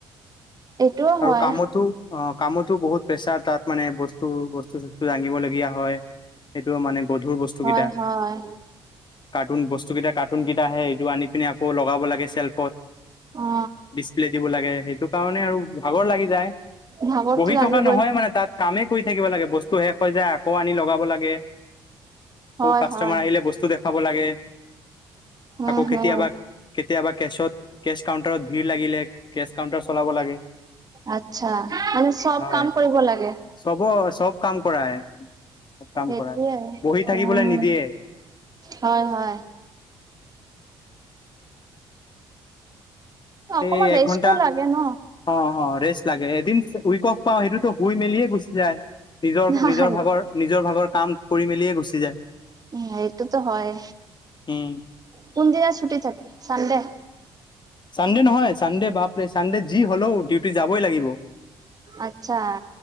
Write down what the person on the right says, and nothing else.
এইটোও হয়
হয়,
হয়।
অ
ভাগৰটো
লাগিবই
হয়
হয়
উম
হম।
আত্ছা। আ মানে চব
কাম কৰিব লাগে।
সেইটোয়ে
উম
হয়, হয়। অকমান
ৰেষ্টো
লাগে ন
নাই
উ এইটোতো হয়
কোনদিন ছুটি থাকে চানডে্।
আত্ছা।